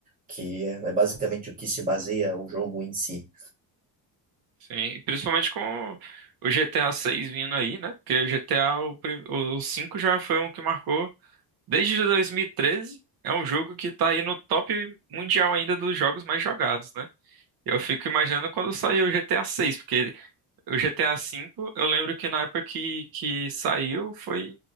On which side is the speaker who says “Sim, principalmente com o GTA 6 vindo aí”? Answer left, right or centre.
Right